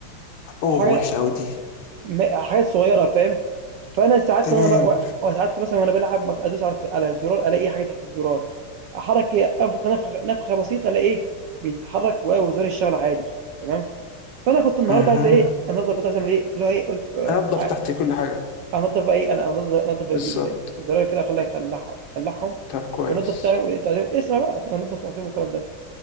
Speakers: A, on the left; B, on the right.
A: اوه
B: حاجه
A: وحشه قوي دي
B: م- حاجات صغيره فاهم فانا ساعات
A: تمام
B: وانا بق... ساعات مثلا وانا بلعب ممكن ادوس على على الزرار الاقي حاجه تحت الزرار احرك انفخ نفخه نفخه بسيطه الاقي ايه بيتحرك و- وزرار الشغل عادي تمام فانا كنت النهارده
A: اها
B: عايز ايه النهارده كنت عايز اعمل ايه اللي هو ايه قلت آه،
A: انضف تحتي كل حاجه
B: انضف بقى ايه انا انضف انضف
A: بالظبط
B: ال- الزرار كده اخليها يخلعها يخلعهم
A: طب كويس
B: وانضف تعليم تعليم اسمع بقى انضف تعليم والكلام ده